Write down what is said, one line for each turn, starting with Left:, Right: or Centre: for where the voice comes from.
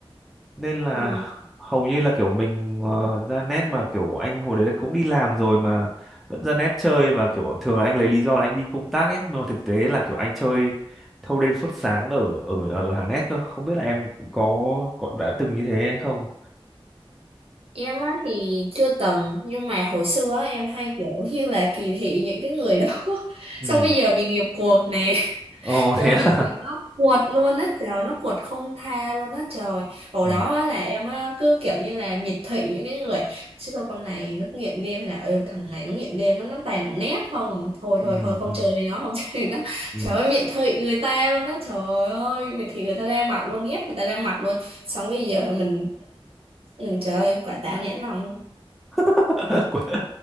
Centre: nên là
Right: ừ.
Centre: hầu như là kiểu mình ờ, ra nét mà kiểu anh hồi đấy cũng đi làm rồi mà vẫn ra nét chơi và kiểu thường là anh lấy lý do là anh đi công tác ấy nhưng mà thực tế là kiểu anh chơi thâu đêm suốt sáng ở ở ở hàng nét cơ không biết là em có có đã từng như thế hay không
Right: Em á thì chưa từng nhưng mà hồi xưa á, em hay kiểu như là kỳ thị những cái người đó <laughs>
Centre: ừ
Right: xong bây giờ bị nghiệp cuộc nè
Centre: ồ
Right: <laughs> trời
Centre: thế
Right: ơi,
Centre: à
Right: bị nghiệp nó quật luôn á trời nó quật không tha luôn á trời hồi
Centre: <laughs> ừ
Right: đó á, là em á, cứ kiểu như là miệt thị những cái người chứ thôi con này nó nghiện game hay là ừ, thằng này nó nghiện game nó nó toàn ở net không à? thôi thôi
Centre: ừ
Right: thôi không
Centre: ừ
Right: chơi với nó không <laughs> chơi với nó
Centre: ừ
Right: trời ơi miệt thị người ta luôn á trời ơi miệt thị người ta ra mặt luôn ghét người ta ra mặt luôn xong bây giờ mình ừ, trời ơi quả táo nhãn lòng luôn
Centre: <laughs> quả